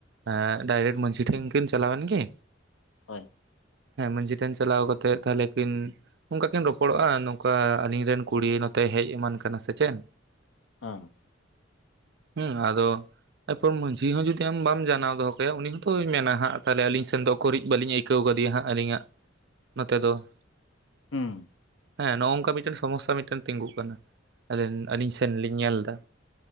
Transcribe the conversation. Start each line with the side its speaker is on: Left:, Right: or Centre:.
Right: ᱮᱸ ᱰᱟᱭᱨᱮᱠᱴ ᱢᱟᱺᱡᱷᱤ ᱴᱷᱮᱱ ᱠᱤᱱ ᱪᱟᱞᱟᱣᱮᱱ ᱜᱤ᱾
Left: ᱦᱳᱭ᱾
Right: ᱦᱮᱸ ᱢᱟᱺᱡᱷᱤ ᱴᱷᱮᱱ ᱪᱟᱞᱟᱣ ᱠᱟᱛᱮᱜ ᱛᱟᱦᱚᱞᱮ ᱠᱤᱱ ᱚᱝᱠᱟ ᱠᱤᱱ ᱨᱚᱯᱚᱲᱚᱜᱼᱟ ᱱᱚᱝᱠᱟ ᱟᱞᱤᱧ ᱨᱮᱱ ᱠᱩᱲᱤ ᱱᱚᱛᱮ ᱦᱮᱡ ᱮᱢᱟᱱ ᱠᱟᱱᱟ᱾ ᱥᱮ ᱪᱮᱱ?
Left: ᱦᱮᱸ
Right: ᱦᱩᱸ ᱟᱫᱚ ᱮᱨᱯᱚᱨ ᱢᱟᱺᱡᱷᱤ ᱦᱚᱸ ᱡᱩᱫᱤ ᱟᱢ ᱵᱟᱢ ᱡᱟᱱᱟᱣ ᱫᱚᱦᱚ ᱠᱟᱭᱟ ᱩᱱᱤ ᱦᱚᱸᱛᱚᱭ ᱢᱮᱱᱟ ᱦᱟᱜ ᱛᱟᱦᱚᱞᱮ ᱟᱹᱞᱤᱧ ᱥᱮᱱ ᱫᱚ ᱚᱠᱚᱨᱤᱡ ᱵᱟᱹᱞᱤᱧ ᱟᱹᱭ ᱠᱟᱹᱣ ᱠᱟ. ᱫᱮ ᱦᱟᱸᱜ ᱟᱹᱞᱤᱧᱟᱜ ᱱᱚᱛᱮ ᱫᱚ
Left: ᱦᱩᱸ
Right: ᱦᱮᱸ ᱱᱚᱝᱠᱟ ᱢᱤᱫᱴᱮᱱ ᱥᱚᱢᱚᱥᱥᱟ ᱢᱤᱫᱴᱮᱱ ᱛᱤᱸᱜᱩᱜ ᱠᱟᱱᱟ ᱟᱹᱞᱤᱧ ᱥᱮᱱ ᱞᱤᱧ ᱧᱮᱞ ᱮᱫᱟ᱾